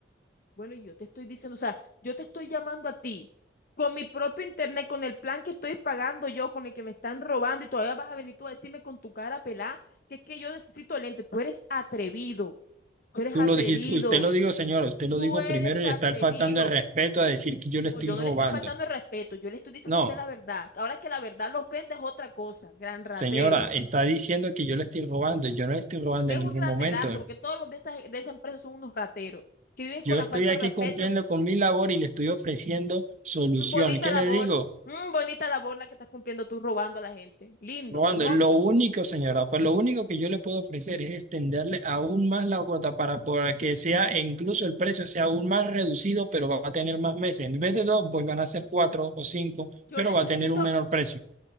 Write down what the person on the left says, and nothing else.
Bueno, y yo te estoy diciendo, o sea, yo te estoy llamando a ti con mi propio internet, con el plan que estoy pagando yo, con el que me están robando y todavía vas a venir tú a decirme con tu cara pelada que es que yo necesito lente. Tú eres atrevido, tú eres
atrevido,
tú
eres
atrevido.
No,
yo
no le estoy faltando el respeto, yo le estoy diciendo
a usted la verdad. Ahora que la verdad lo ofende es otra cosa, gran ratero.
Usted
es un
raterazo,
porque todos los de esa, de esa empresa son unos rateros, que viven
con la
falta
de respeto.
Mm, bonita
labor,
mm, bonita labor la que estás cumpliendo tú robando a la gente. Lindo,
hermoso.
Yo
necesito,